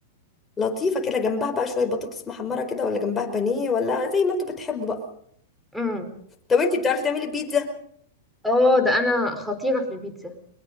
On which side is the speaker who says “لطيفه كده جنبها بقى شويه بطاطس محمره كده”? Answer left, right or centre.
Left